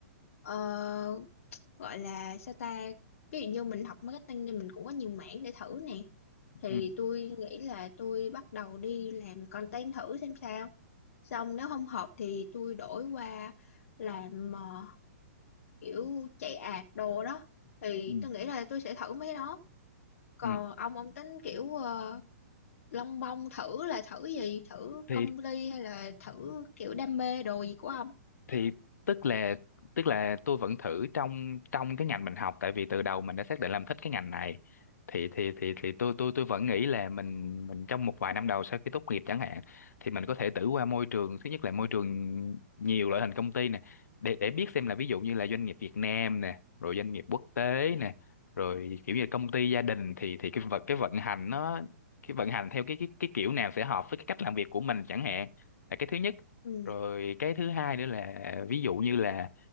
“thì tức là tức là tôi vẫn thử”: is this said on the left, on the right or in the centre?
Left